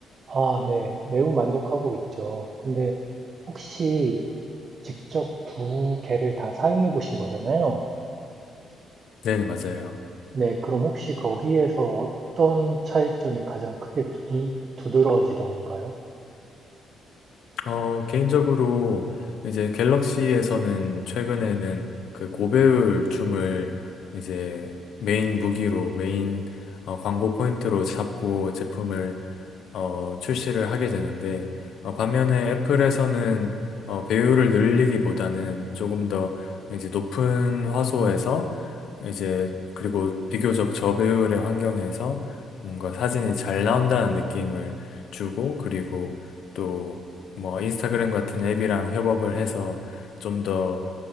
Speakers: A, on the right; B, on the left.
A: 아, 네. 매우 만족하고 있죠. 근데 혹시 직접 두 개를 다 사용해 보신 거잖아요.
B: 네네, 맞아요.
A: 네. 그럼 혹시 거기에서 어떤 차이점이 가장 크게 두드, 두드러지던가요?
B: 어, 개인적으로 이제 갤럭시에서는 최근에는 그 고배율 줌을 이제 메인 무기로, 메인 어, 광고 포인트로 잡고 제품을 어, 출시를 하게 되는데, 어, 반면에 애플에서는 어, 배율을 늘리기보다는 조금 더 이제 높은 화소에서 이제 그리고 비교적 저배율의 환경에서 뭔가 사진이 잘 나온다는 느낌을 주고 그리고 또 뭐 인스타그램 같은 앱이랑 협업을 해서 좀 더